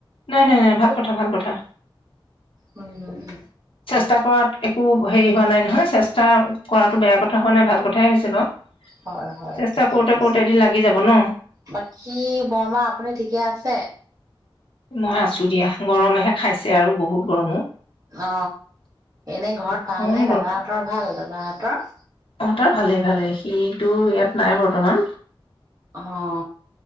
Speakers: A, on the left; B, on the right.
A: নাই - নাই - নাই ভাল কথা -ভাল কথা
B: উম উম্
A: ষ্টা কৰাত একো হেৰি হোৱা নাই নহয় চেষ্টা ষ্টা কৰাটো বেয়া কথা হয় নে ভাল কথ থাই হৈছে বাৰু
B: হয় হয়
A: চেষ্টা
B: ঠিকে
A: কৰোতে
B: কৈছে
A: কৰোতে এদিন লাগি যাব ন
B: বাকী বৰমা আপুনি ঠিকে আছে
A: মই আছো দিয়া গৰমেহে খাইছে আৰু বহুত গৰমো
B: অ এনেই ঘৰত
A: ভীষণ
B: ভাল নে দাদাহঁতৰ ভাল দা হতৰ
A: অ'টো ভালেই ভালে সিটো ইয়াত নাই বৰ্তমান
B: অ